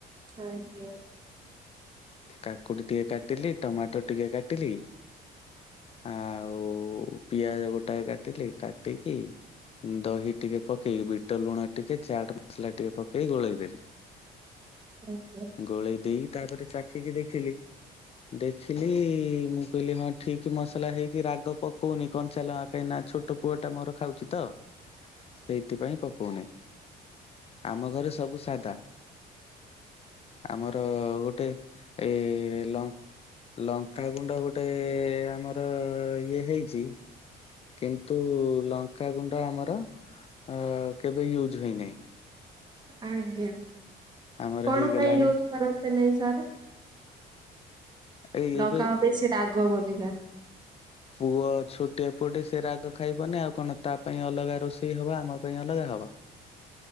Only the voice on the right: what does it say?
ଆଜ୍ଞା।
ଆଜ୍ଞା।
ଆଜ୍ଞା
କଣ
ପାଇଁ ୟୁଜ୍ କରନ୍ତି ନାଇଁ ସାର୍?
ଲଙ୍କା
ବେଶୀ ରାଗ ବୋଲିକା।